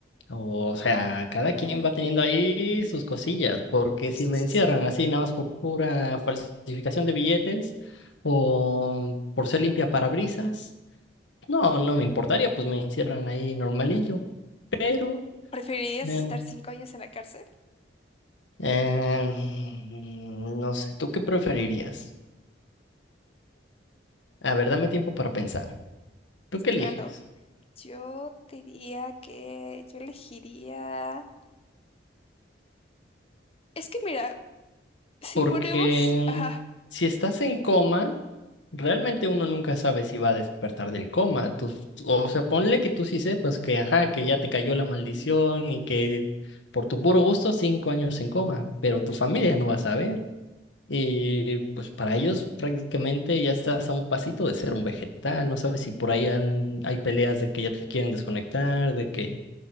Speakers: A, on the left; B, on the left.
A: O sea, cada quien
B: mm,
A: va teniendo ahí sus cosillas, porque si
B: sí,
A: me
B: sí,
A: encierran
B: sí.
A: así nada más por pura falsificación de billetes o por ser limpia parabrisas, no, no me importaría, pues me encierran ahí normalillo, pero
B: ¿Preferirías
A: eh,
B: estar cinco años en la cárcel?
A: em, no sé, ¿tú qué preferirías? A ver, dame tiempo para pensar. ¿Tú
B: Pues
A: qué eliges?
B: Claro, yo diría que yo elegiría... Es que mira, si
A: Porque
B: ponemos... Ajá,
A: si estás en coma, Realmente uno nunca sabe si va a despertar del coma. Tú- o sea, ponle que tú sí sepas que, ajá, que ya te cayó la maldición y que por tu puro gusto cinco años en coma, pero tu familia no va a saber. Y pues para ellos prácticamente ya estás a un pasito de ser un vegetal. No sabes si por ahí han- hay peleas de que ya te quieren desconectar, de que